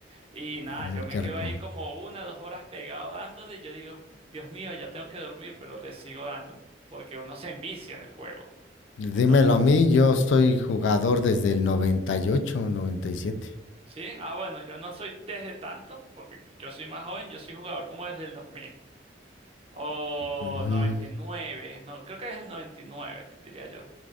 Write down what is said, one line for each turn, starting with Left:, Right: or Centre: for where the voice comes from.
Right: y nada,
Left: Mm,
Right: yo me
Left: Qué
Right: quedo
Left: rico.
Right: ahí como una, dos horas pegado dándole y yo digo, Dios mío, ya tengo que dormir, pero le sigo dando, porque uno se envicia en el juego, puntualmente.
Left: Dímelo a mí, yo soy jugador desde el 98, 97.
Right: ¿Sí? Ah, bueno, yo no soy desde tanto, porque yo soy más joven, yo soy jugador como desde el 2000 o
Left: Ujú.
Right: 99, no, creo que es el 99, diría yo.